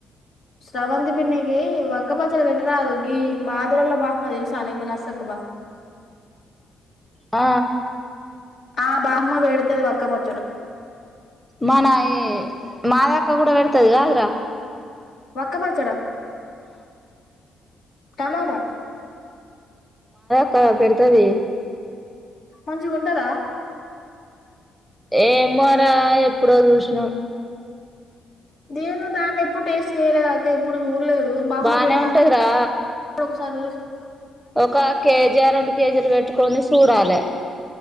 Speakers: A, on the left; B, in the centre.
A: శ్రవంతి పిన్ని కీ వక్కపచడి పేటరాదు గీ మాధవి వాళ బహ్మ తేల్సానీకు నర్సక్క బామ
B: ఆ
A: ఆ బాహమ్మ వేడ్తది వక్క పచ్చడ
B: మన ఈ మాయక్క గూడ వెడ్తది గదర
A: వక్కపచ్చడ టమాటా
B: ఆ పెడ్తది
A: మంచ్ ఉంటదా
B: ఎమో రా ఎప్పుడో జుష్ నాం
A: దీన్ను దాన్ని ఎప్పుడు టేస్ట్ చేయలేదక్క ఎప్పుడు జూర్లేదు బాహమ్మ
B: బానే
A: పెట్టినప్పుడు
B: ఉంటదిరా
A: ఒక సార్లు జుసిన
B: ఒక కేజీ అ రెండు కేజీలు పెట్టుకొని సుడాలె